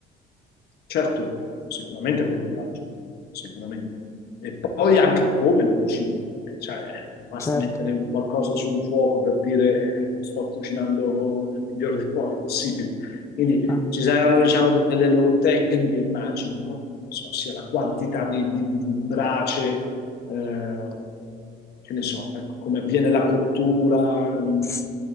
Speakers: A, on the left; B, on the left.
A: Certo, sicuramente quello che mangio, sicuramente. E poi anche come lo cucino, perché cioè, eh, non basta
B: certo.
A: mettere un qualcosa su un fuoco per dire eh, lo sto cucinando nel miglior dei modi possibili. Quindi
B: Ah.
A: ci saranno, diciamo, delle loro tecniche, immagino, no? Non so, sia la quantità di, di- di- di brace, eh, che ne so, ecco, come avviene la cottura, il,
B: S-